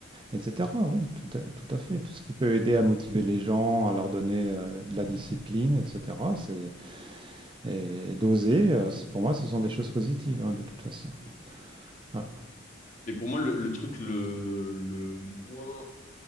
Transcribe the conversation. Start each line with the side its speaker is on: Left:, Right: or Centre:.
Right: etc. Oui, tout à, tout à fait. Tout ce qui peut aider à motiver les gens, à leur donner euh, de la discipline, etc. C'est, et, et d'oser, euh, c'est- pour moi, ce sont des choses positives, hein, de toute façon. Voilà.
Left: Mais pour moi, le, le truc le, le moins